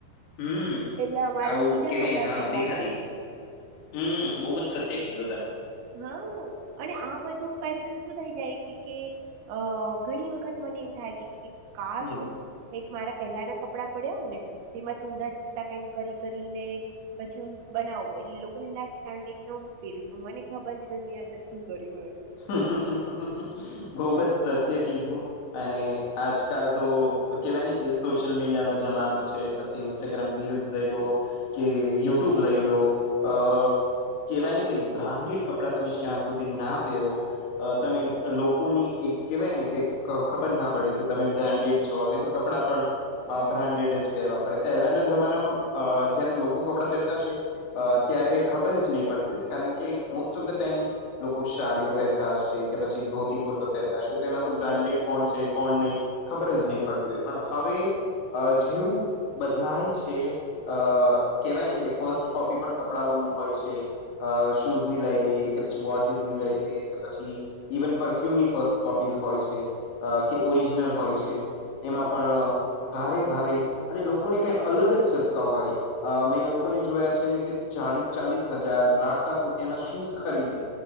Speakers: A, on the left; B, on the right.
A: હમ
B: એટલે અમારે
A: આવું
B: તો બીજા
A: કેવાય
B: કપડા
A: ને હા
B: પહેરવા
A: દેખા
B: પણે.
A: દેખી હમ બઉ બ જ સત્ય કીધું તમે
B: હા અને આ બધું પાછું શું થઈ જાય કે કે અ ઘણી વખત. મને એમ થાય કે કા
A: હમ
B: શું. કઈક મારા પહેલાના કપડાં પડ્યા હોય ને તેમાં ઊંધા જતા કઈક કરી કરીને. પછી હું બનાવું એટલે લોકોને એમ લાગે કારણ કે નવું પહેર્યું પણ મને ખબર છે ભાઈ મેં અંદર શું કર્યું હોય.
A: બહુ જ સત્ય કીધું અને આજકાલ તો કેવાય ને કે સોશિયલ મીડિયાનોો જમાનો છે. પછી ઇન્સ્ટાગ્રામ રીલ્સ લઈ લો કે યુટ્યુબ લઈ લો અ. કહેવાય ને કે બ્રાન્ડેડ કપડાં તમે શ્યાં સુધી ના પહેરો. અ તમે લોકોની એક કેહેવાય ને કે ખબર ના પડે કે તમે બ્રાન્ડેડ છો હવે તો કપડાં પણ અ બ્રાન્ડેડ જ પહેરવા પડે પહેલાના જમાનામાં જયારે લોકો કપડાં પહેરતા છે અ ત્યારે ખબર જ નહી પડતી કારણ કે મોસ્ટ ઓફ ધ ટાઈમ શડીઓ પહેરતા હશે કે પછી ધોતી કુર્તો પહેરતા હશે તો એમાં તો બ્રાન્ડેડ કોણ છે કોણ નહીં ખબર જ નહી પડતી હોય પણ હવે જેવું બદલાય છે અ કેહેવાય ને કે ફર્સ્ટ કોપી પણ કપડાઓની હોય છે અ શૂઝ ની લઈ લઈ કે પછી વોચિસ લ કે પછી ઇવન પરફ્યુમ ની ફ કોપીઝ હોય છે અ કે ઓરિજનલ હોય છે એમાં પણ ભારે ભારે અને લોકોને કઈ અલગ જ છસકા હોય અ મેં લોકોને જોયા છે કે ચાલીસ ચાલીસ હજાર લાખ લાખ રૂપિયાના શૂઝ ખરીદે